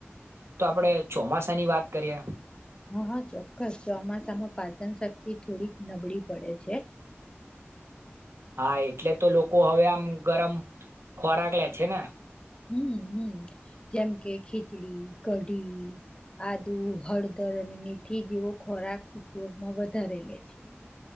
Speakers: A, on the right (about 75°); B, on the left (about 20°).
A: તો આપણેે ચોમાસાની વાત કરીએ.
B: હા હા ચોક્કસ ચોમાસામાં પાચન શક્તિ થોડીક નબળી પડે છે
A: હા એટલે તો લોકો હવે આમ ગરમ ખોરાક લે છે ને.
B: હમ હમ જેમ કે ખીચડી કઢી આદુ હળદર અને મેથી જેવો ખોરાક ઉપયોગમાં વધારે લે છે.